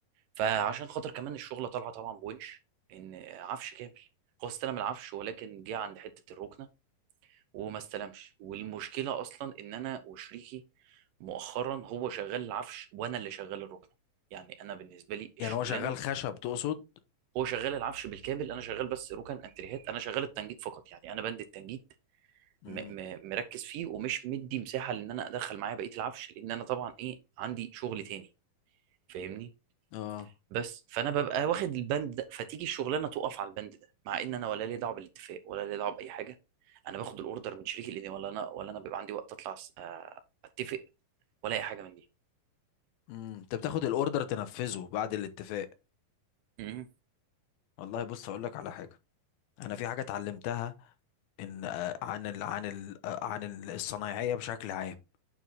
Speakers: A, on the right; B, on the left.
A: فعشان خاطر كمان الشغلة طالعة طبعا بونش ان عفش كامل هو استلم العفش ولكن جه عند حتة الركنة وما استلمش والمشكلة اصلا ان انا وشريكي مؤخرا هو شغال العفش وانا اللي شغال الركنة يعني انا بالنسبة لي الشغلانة
B: يعني هو شغال خشب تقصد
A: هو شغال العفش بالكامل انا شغال بس ركن انتريهات انا شغال التنجيد فقط يعني انا بند التنجيد
B: امم
A: م م مركز فيه ومش مدي مساحة لان انا ادخل معايا بقية العفش لان انا طبعا ايه عندي شغل تاني فاهمني
B: اه
A: بس فانا ببقى واخد البند ده فتيجي الشغلانه تقف على البند ده مع ان انا ولا لي دعوه بالاتفاق ولا لي دعوه باي حاجه انا باخد الاوردر من شريك الاني ولا انا ولا انا بيبقى عندي وقت اطلع أس- آه، اتفق ولا اي حاجه من دي
B: امم انت بتاخد الاوردر تنفذه بعد الاتفاق
A: امم
B: والله بص اقول لك على حاجه انا في حاجه اتعلمتها ان آه، عن ال عن ال آه، عن ال- الصنايعيه بشكل عام